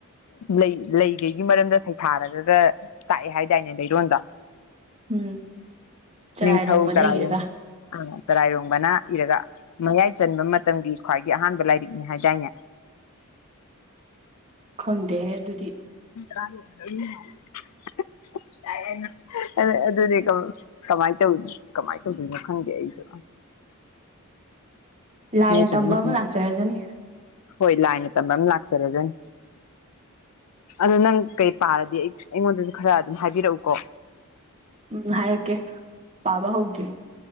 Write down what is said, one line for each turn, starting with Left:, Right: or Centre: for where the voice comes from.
Left: ꯂꯩ ꯂꯩꯒꯩꯒꯤ ꯃꯔꯝꯗ ꯁꯩꯊꯥꯔꯒꯒ ꯇꯥꯛꯑꯦ ꯍꯥꯏꯗꯥꯏꯅꯦ ꯂꯩꯔꯣꯟꯗ
Right: ꯎꯝ ꯆꯔꯥꯏ
Left: ꯅꯤꯡꯊꯧ
Right: ꯅꯣꯡꯃꯅ
Left: ꯆꯔꯥꯌꯣꯟ
Right: ꯏꯔꯒ
Left: ꯑ ꯆꯔꯥꯏꯔꯣꯡꯕꯅ ꯏꯔꯒ ꯃꯌꯥꯏ ꯆꯟꯕ ꯃꯇꯝꯒꯤ ꯈ꯭ꯋꯥꯏꯒꯤ ꯑꯍꯥꯟꯕ ꯂꯥꯏꯔꯤꯛꯅꯤ ꯍꯥꯏꯗꯥꯏꯅꯦ
Right: ꯈꯪꯗꯦꯍꯦ ꯑꯗꯨꯗꯤ
Left: <unintelligible> ꯑꯗꯨꯅꯦ ꯀ ꯀꯃꯥꯏ ꯇꯧ ꯀꯃꯥꯏꯅ ꯇꯧꯗꯣꯏꯅꯣ ꯈꯪꯗꯦ ꯑꯩꯁꯨ
Right: ꯂꯥꯏꯅ
Left: ꯅꯠꯇ꯭ꯔꯒꯅ
Right: ꯇꯝꯕ ꯑꯃ
Left: ꯎꯝ
Right: ꯂꯥꯛꯆꯔꯖꯅꯤ
Left: ꯍꯣꯏ ꯂꯥꯏꯅ ꯇꯝꯕ ꯃ ꯂꯥꯛꯆꯔꯁꯅꯤ ꯑꯗꯨꯣ ꯅꯪ ꯀꯩ ꯄꯥꯔꯗꯤ ꯑꯩ ꯑꯩꯉꯣꯟꯗꯁꯨ ꯈꯔ ꯑꯗꯨꯝ ꯍꯥꯏꯕꯤꯔꯛꯎꯀꯣ
Right: ꯎꯝ ꯍꯥꯏꯔꯛꯀꯦ ꯄꯥꯕ ꯍꯧꯗ꯭ꯔꯤ